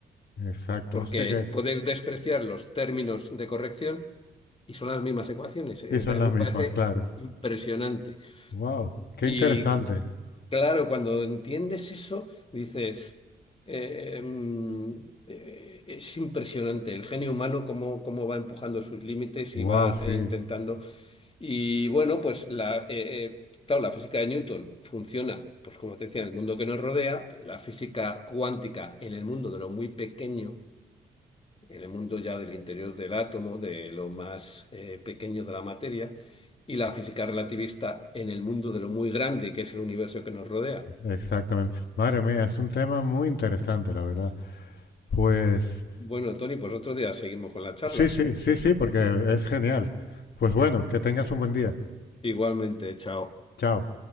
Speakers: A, on the left; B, on the left.
A: exacto.
B: Porque
A: O que
B: puedes despreciar los términos de corrección y son las mismas ecuaciones. Eh,
A: y son
B: A
A: las
B: mí me
A: mismas,
B: parece
A: claro.
B: impresionante.
A: Wow, qué
B: Y
A: interesante.
B: cu- Claro, cuando entiendes eso, dices, eh, mm, eh, es impresionante el genio humano cómo, cómo va empujando sus límites
A: Wow,
B: y va
A: sí,
B: eh, intentando. Y bueno, pues la, eh, eh, claro, la física de Newton funciona, pues como te decía, en el mundo que nos rodea, la física cuántica en el mundo de lo muy pequeño, en el mundo ya del interior del átomo, de lo más eh, pequeño de la materia, y la física relativista en el mundo de lo muy grande que es el universo que nos rodea.
A: exactamente. Madre mía, es un tema muy interesante, la verdad. Pues
B: Bueno, Tony, pues otro día seguimos con la charla.
A: sí, sí, sí, sí, porque es genial. Pues bueno, que tengas un buen día.
B: Igualmente, chao.
A: Chao.